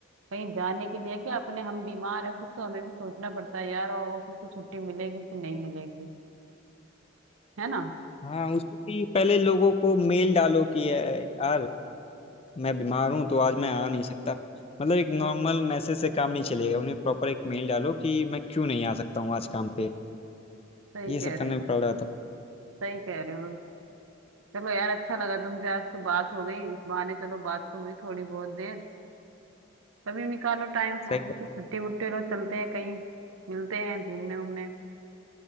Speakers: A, on the right; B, on the left.
A: कहीं जाने के लिए कि अपने हम बीमार है खुद तो हमें भी सोचना पड़ता है यार और ऑफिस से छुट्टी मिलेगी कि नहीं मिलेगी है ना
B: हाँ उसमें भी पहले लोगों को मेल डालो कि "ए, यार मैं बीमार हूँ तो आज मैं आ नहीं सकता मतलब एक नॉर्मल मैसेज से काम नहीं चलेगा उन्हें प्रॉपर एक मेल डालो कि मैं क्यों नहीं आ सकता हूँ आज काम पे
A: सही
B: ये
A: कह
B: सब
A: रहे
B: करने में
A: हो
B: पड़ रहा था
A: सही कह रहे हो चलो यार अच्छा लगा तुमसे आज तो बात हो गई इस बहाने चलो बात तो हुई थोड़ी बहुत देर कभी निकालो टाइम
B: सही
A: ऑफिस
B: है।
A: से छुट्टी वुट्टी लो चलते हैं कहीं मिलते हैं घूमने उमने